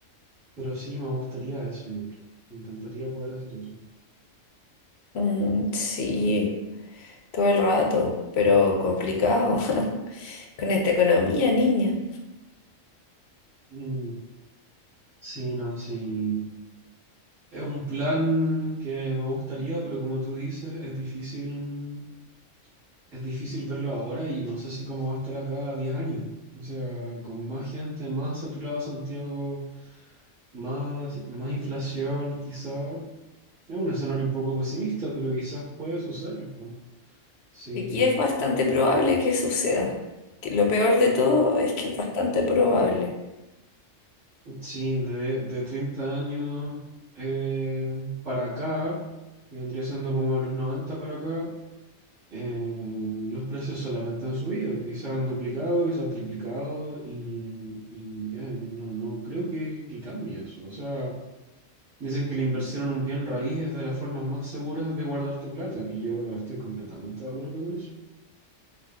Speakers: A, on the right; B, on the left.
A: Pero sí, me gustaría eso, yo creo. Me encantaría poder hacer eso.
B: Mm, sí, todo el rato, pero complicado. <laughs> Con esta economía, niña.
A: Mm, sí, no, sí. Es un plan que me gustaría, pero como tú dices, es difícil es difícil verlo ahora y no sé si cómo va a estar acá a 10 años. O sea, con más gente, más saturado Santiago, más, más inflación, quizás. Es un escenario un poco pesimista, pero quizás puede suceder. ¿no? Sí,
B: Aquí es bastante probable que suceda. Que lo peor de todo es que es bastante probable.
A: sí, <clears throat> de, de 30 años eh, para acá, que vendría siendo como de los 90 para acá, eh, los precios solamente han subido y se han duplicado y se han triplicado y, y, eh, y no, no creo que, que cambie eso. O sea, dicen que la inversión en un bien raíz es de las formas más seguras de guardar tu plata y yo estoy completamente de acuerdo con eso.